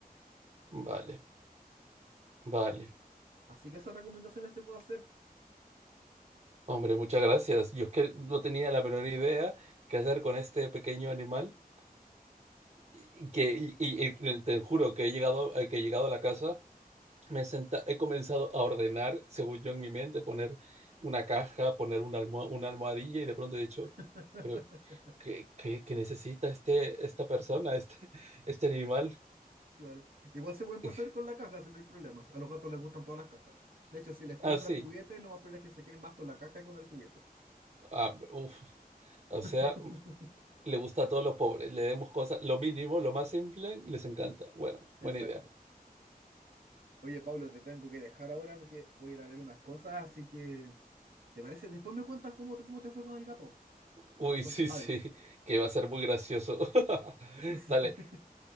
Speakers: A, on the right; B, on the right.
A: vale, vale.
B: Así que esas recomendaciones te puedo hacer.
A: Hombre, muchas gracias. Yo es que no tenía la menor idea qué hacer con este pequeño animal. Y y que y- y- y te te juro que he llegado, eh, que he llegado a la casa Me he, senta he comenzado a ordenar, según yo en mi mente, poner una caja, poner una almoha una almohadilla y de pronto he dicho:
B: <laughs>
A: "Pero, ¿qué qué qué necesita este esta persona, este <laughs> este animal?".
B: Claro. Igual se pueden pasar
A: <laughs>
B: con la caja si no hay problema. A los gatos les gustan todas las cajas. De hecho, si les compras
A: Ah, sí.
B: juguetes, lo más probable es que se queden más con la caja que con el juguete.
A: Ah, uf. O sea,
B: <laughs>
A: le gusta a todos los pobres, le demos cosas lo mínimo, lo más simple, les encanta. Bueno,
B: Exacto.
A: buena idea.
B: Oye, Pablo, te tengo que dejar ahora porque voy a ir a ver unas cosas, así que, ¿te parece? Después me cuentas cómo te, cómo te fue con el gato,
A: Uy,
B: con
A: sí,
B: Hades.
A: sí, <laughs> que va a ser muy gracioso. <laughs>
B: <laughs>
A: Dale,